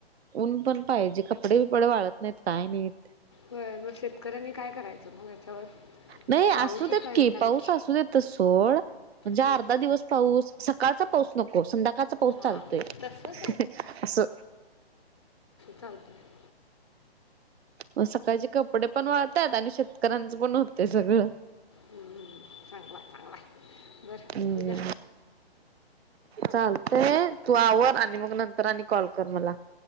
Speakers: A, on the right; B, on the left.
A: ऊन पण पाहिजे कपडे बिपडे वाळत नाहीत काय नाहीत.
B: होय मग शेतकऱ्यांनी काय करायचं मग याच्यावर?
A: नाही आसू
B: पाऊसच
A: देत
B: पाहिजे
A: की
B: त्यांना
A: पाऊस आसू देत त सोड म्हणजे
B: हम्म.
A: अर्धा दिवस पाऊस, सकाळचा पाऊस नको संध्याकाळचा पाऊस
B: हा
A: चालतोय
B: मग तसं
A: असं.
B: चालतंय.
A: मग सकाळचे कपडे पण वाळतात आणि शेतकऱ्यांचं पण होतय सगळं.
B: हम्म चांगलाय, चांगलाय बरं
A: हम्म.
B: ठीकय.
A: चालतंय, तू आवर आणि मग नंतर आणि कॉल कर मला.